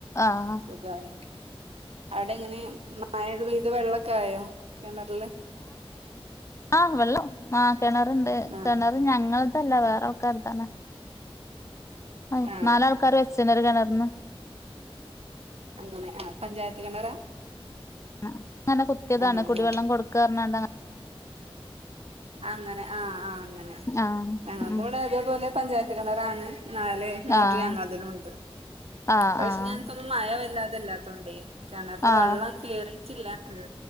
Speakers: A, on the left; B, on the right.
A: ആഹ്
B: സുഖായി അവിടെ എങ്ങനെ മയക്കെ പെയ്ത് വെള്ളോക്കെ ആയോ കെണർല്?
A: ആ വെള്ളം ആ കിണറുണ്ട്.
B: ആഹ്
A: കിണർ ഞങ്ങൾതല്ല വേറെ ആൾക്കാരുതാണ്. ആ
B: ആഹ്
A: നാലൾക്കാര് വെച്ചാണ് ഒര് കെണർന്
B: അങ്ങനെ ആ പഞ്ചായത്ത് കിണറാ
A: അങ്ങനെ കുത്തിയതാണ്
B: അങ്ങനെ
A: കുടിവെള്ളം
B: ആഹ്
A: കൊടുക്കറഞ്ഞോണ്ട്ങ്ങനെ
B: അങ്ങനെ ആഹ് ആ അങ്ങനെ
A: ആഹ്
B: ഞങ്ങക്കിവിടെ
A: ഉം
B: അതേപോലെ പഞ്ചായത്ത് കെണറാണ് നാല് മോട്ടർ
A: ആഹ്
B: ഞങ്ങളതിലുണ്ട്
A: ആഹ്
B: ഇപ്രാവശ്യ
A: ആഹ്
B: ഞങ്ങക്കൊന്നും മഴ വല്ലാതെല്ലാത്തോണ്ടേ കിണറില്
A: ആഹ്
B: വെള്ളം കേറിട്ടില്ല എ